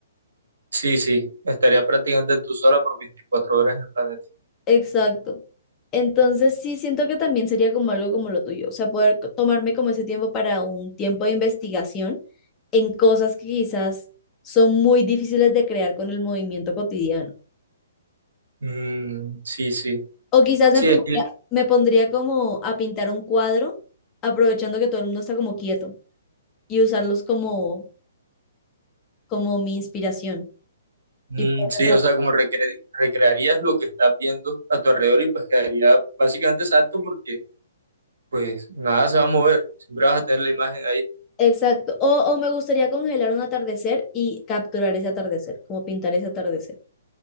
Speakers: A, on the right; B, on the left.
A: Sí, sí, estaría prácticamente tú sola por 24 horas en el planeta.
B: Exacto. Entonces sí siento que también sería como algo como lo tuyo, o sea, poder co- tomarme como ese tiempo para un tiempo de investigación en cosas que quizás son muy difíciles de crear con el movimiento cotidiano.
A: Mm, sí, sí.
B: O quizás me
A: Sí,
B: pondría,
A: es que-
B: me pondría como a pintar un cuadro, aprovechando que todo el mundo está como quieto y usarlos como, como mi inspiración.
A: mm,
B: Y poder
A: sí,
B: retratar.
A: o sea, como recre- recrearías lo que estás viendo a tu alrededor y pues quedaría básicamente exacto porque pues nada se va a mover, siempre vas a tener la imagen ahí.
B: Exacto. O, o me gustaría congelar un atardecer y capturar ese atardecer, como pintar ese atardecer.